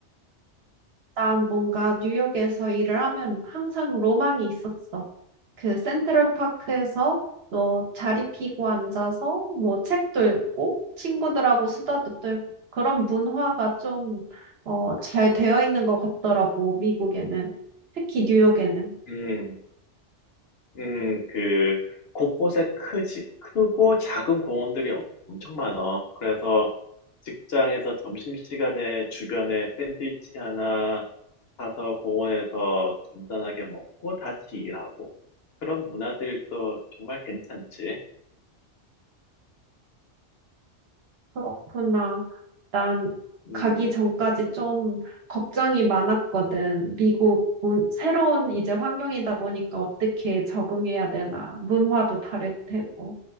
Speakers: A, on the right; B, on the left.
A: 난 뭔가 뉴욕에서 일을 하면 항상 로망이 있었어. 그 센트럴파크에서 뭐 자리 피고 앉아서 뭐 책도 읽고 친구들하고 수다도 떨고 그런 문화가 좀, 어, 잘 되어 있는 것 같더라고, 미국에는. 특히 뉴욕에는.
B: 음, 음, 그, 곳곳에 크지, 크고 작은 공원들이 엄- 엄청 많아. 그래서 직장에서 점심시간에 주변에 샌드위치 하나 사서 공원에서 간단하게 먹고 다시 일하고. 그런 문화들이 또 정말 괜찮지.
A: 그렇구나. 난
B: 음,
A: 가기 전까지 좀 걱정이 많았거든. 미국 문- 새로운 이제 환경이다 보니까 어떻게 적응해야 되나. 문화도 다를 테고.